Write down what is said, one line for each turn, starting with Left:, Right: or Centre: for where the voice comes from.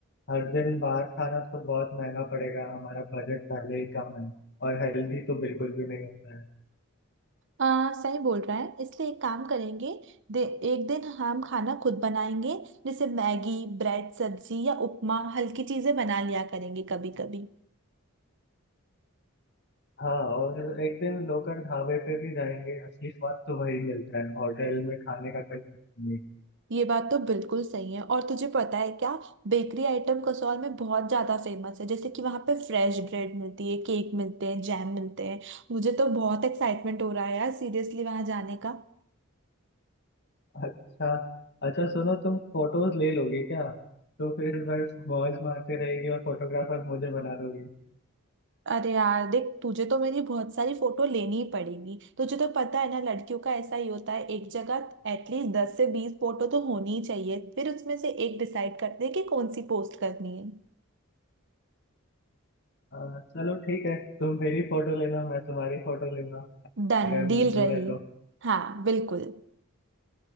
Left: हर दिन बाहर खाना तो बहुत महंगा पड़ेगा हमारा बजट पहले ही कम है और हेल्दी तो बिल्कुल भी नहीं होता है
Right: आ, सही बोल रहा है इसलिए एक काम करेंगे दे, एक दिन हम खाना खुद बनाएंगे जैसे मैगी ब्रेड सब्जी या उपमा हल्की चीज़ें बना लिया करेंगे कभी कभी
Left: हाँ और एक दिन लोकल ढाबे पे भी जाएंगे असली स्वाद तो वही मिलता है होटल में खाने का कोई मतलब नहीं है।
Right: ये बात तो बिल्कुल सही है और तुझे पता है क्या बेकरी आइटम कसौल में बहुत ज्यादा फेमस है जैसे कि वहां पे फ्रेश ब्रेड मिलती है केक मिलते हैं जैम मिलते हैं मुझे तो बहुत एक्साइटमेंट हो रहा है यार सीरियसली वहां जाने का
Left: अच्छा अच्छा सुनो तुम फोटोज ले लोगे क्या तो फिर बस मौज मारते रहेगी और फोटोग्राफर मुझे बना दोगी
Right: अरे यार देख तुझे तो मेरी बहुत सारी फोटो लेनी ही पड़ेगी तुझे तो पता है ना लड़कियों का ऐसा ही होता है एक जगह एटलीस्ट दस से बीस फोटो तो होनी ही चाहिए फिर उसमें से एक डिसाइड करते हैं कि कौन सी पोस्ट करनी है
Left: आ, चलो ठीक है तुम मेरी फोटो लेना मैं तुम्हारी फोटो लूंगा
Right: डन
Left: अगर
Right: डील
Left: मंजूर
Right: रही
Left: है तो
Right: हाँ बिल्कुल